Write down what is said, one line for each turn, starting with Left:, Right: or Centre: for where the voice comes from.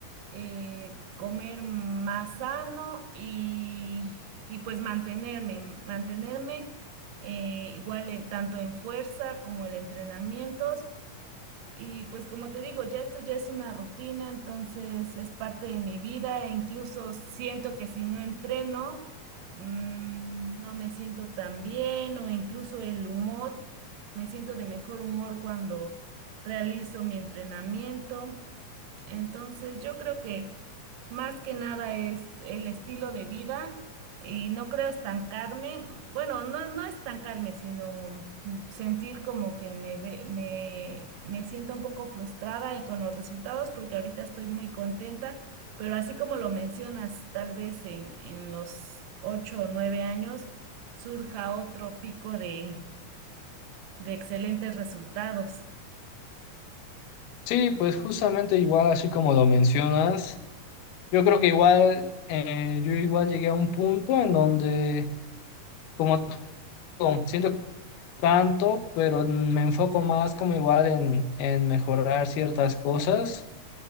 Right: eh, comer más sano y, y pues mantenerme, mantenerme eh, igual en- tanto en fuerza como de entrenamientos. Y pues como te digo, ya esto ya es una rutina, entonces es parte de mi vida e incluso siento que si no entreno, mm, no me siento tan bien o incluso el humor, me siento de mejor humor cuando realizo mi entrenamiento. Entonces yo creo que más que nada es el estilo de vida y no creo estancarme, bueno, no, no estancarme, sino sentir como que me, ve- me, me siento un poco frustrada con los resultados porque ahorita estoy muy contenta, pero así como lo mencionas, tal vez en, en los ocho o nueve años surja otro pico de, de excelentes resultados.
Left: Sí, pues justamente igual así como lo mencionas, yo creo que igual, eh, yo igual llegué a un punto en donde, como te digo, siento tanto, pero me enfoco más como igual en, en mejorar ciertas cosas